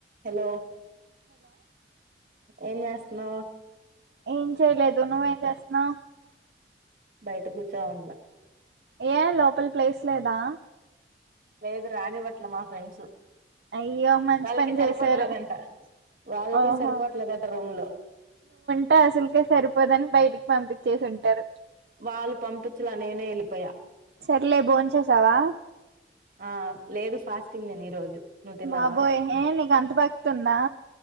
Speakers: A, on the right; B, on the right.
A: Hello ఎం చేస్తున్నావ్
B: ఏం చేయలేదు నువ్వేం చేస్తున్నావ్
A: బయట కూర్చో ఉన్నా
B: ఏ లోపల ప్లేస్ లేదా
A: లేదు రానివట్ల మా ఫ్రెండ్స్
B: అయ్యో మంచి
A: వాళ్ళకి
B: పని
A: సరిపోట్లేదంట
B: చేసారు
A: వాళ్ళకే
B: ఓహో
A: సరిపోట్లేదంట రూమ్ లో
B: టే అసలకే సరిపోదని బయటికి పంపి చేసింటారు
A: వాళ్ళు పంపించలా నేనే వెళ్ళపోయా
B: సర్లే బోన్ చేసావా
A: ఆ లేదు ఫాస్టింగ్ నేను ఈ రోజు నువ్వు తిన్నావా
B: బాబోయ్ ఏ నీకు అంత భక్తుల